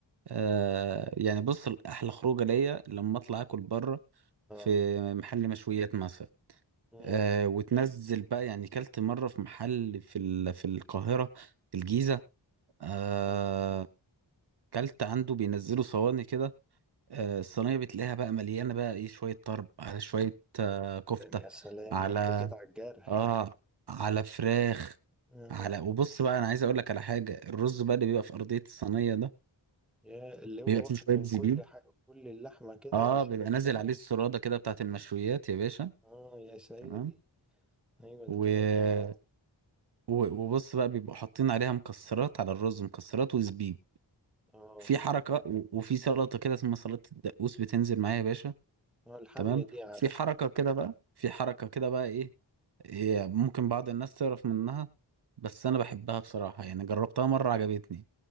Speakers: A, on the right (about 60°); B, in the centre.
A: آه يعني بص احلى خروجه ليا لما اطلع اكل بره
B: اه
A: في محل مشويات مثلا
B: امم
A: آه وتنزل بقى يعني كلت مره في محل في ال- في القاهره في الجيزه آه
B: أي.
A: كلت عنده بينزلوا صواني كده آه، الصينية بتلاقيها بقى مليانة بقى ايه شوية طرب على شوية آه، كفتة
B: ده- يا سلام
A: على
B: ده انت كده على الجرح
A: اه على فراخ
B: آه.
A: على وبص بقى انا عايز اقول لك على حاجة الرز بقى اللي بيبقى في ارضية الصينية ده
B: يا اللي هو
A: بيبقى
B: واخد
A: فيه شوية
B: من
A: زبيب
B: كل حق كل اللحمه كده
A: اه
B: وشارب
A: بيبقى نازل
B: منها
A: عليه السرادة كده بتاعت المشويات يا باشا
B: اه يا سيدي
A: تمام
B: ايوه
A: و...
B: ده تمام تمام عارف.
A: و... وبص بقى بيبقوا حاطين عليها مكسرات على الرز مكسرات وزبيب
B: اه
A: في حركة و... وفي سلطة كده اسمها سلطة الدقوس بتنزل معايا يا باشا
B: اه الحاميه
A: تمام
B: دي عارف
A: في حركة كده بقى في حركة كده بقى ايه هي ممكن بعض الناس تعرف منها بس انا بحبها بصراحة يعني جربتها مرة عجبتني